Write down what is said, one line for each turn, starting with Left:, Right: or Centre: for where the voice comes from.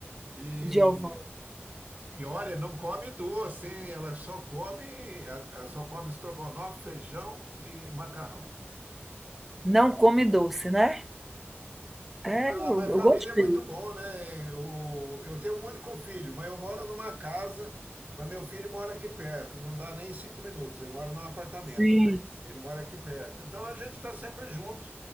Right: e
Centre: Giovanni,
Right: E olha, não come doce, hein? Ela só come, ela só come estrogonofe, feijão e macarrão.
Centre: não come doce, né? É, eu,
Right: Ah, mas
Centre: eu
Right: família
Centre: gostei.
Right: é muito bom, né? Eu, eu tenho um único filho, mas eu moro numa casa, mas meu filho mora aqui perto, não dá nem cinco minutos. Ele mora num apartamento,
Centre: Sim.
Right: mas ele mora aqui perto. Então a gente está sempre junto.